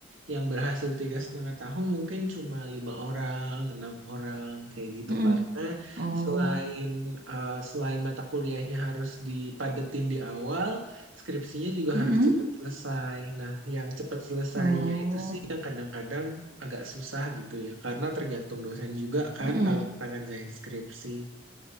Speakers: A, on the right; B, on the right.
A: yang berhasil tiga setengah tahun mungkin cuma lima orang, enam orang kayak gitu.
B: Mm-mm.
A: Karena
B: Oh,
A: selain eh, selain mata kuliahnya harus dipadetin di awal, skripsinya juga
B: Mm-mm.
A: harus cepat selesai. Nah, yang cepat selesainya
B: oh,
A: itu sih yang kadang-kadang agak susah gitu ya karena tergantung dosen juga kan
B: Mm-mm.
A: kalau kita ngerjain skripsi